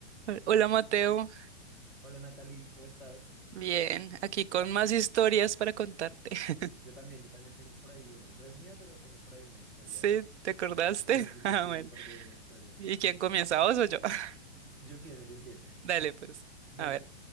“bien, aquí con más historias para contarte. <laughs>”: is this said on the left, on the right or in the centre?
Right